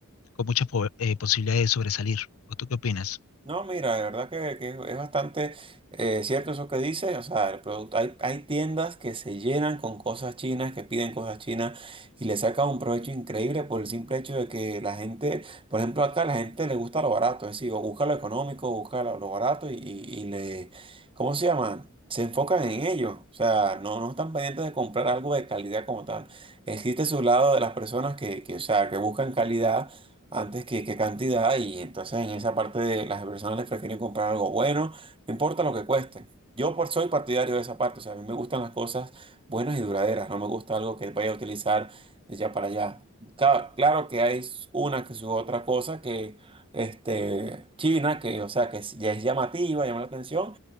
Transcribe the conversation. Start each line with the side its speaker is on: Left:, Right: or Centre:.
Left: con muchas po- eh, posibilidades de sobresalir. ¿O tú qué opinas?
Right: No, mira, de verdad que, que es bastante eh, cierto eso que dice. O sea, el producto, hay, hay tiendas que se llenan con cosas chinas, que piden cosas chinas y le sacan un provecho increíble por el simple hecho de que la gente, por ejemplo, acá la gente le gusta lo barato, es decir, o busca lo económico, busca lo, lo barato y, y- y le, ¿cómo se llama? Se enfocan en ello. O sea, no, no están pendientes de comprar algo de calidad como tal. Existe su lado de las personas que, que, o sea, que buscan calidad antes que qué cantidad y entonces en esa parte de las personas les prefieren comprar algo bueno, no importa lo que cueste. Yo por soy partidario de esa parte, o sea, a mí me gustan las cosas buenas y duraderas, no me gusta algo que vaya a utilizar de ya para allá. Ca- Claro que hay una que su otra cosa que este China que o sea, que ya es llamativa, llama la atención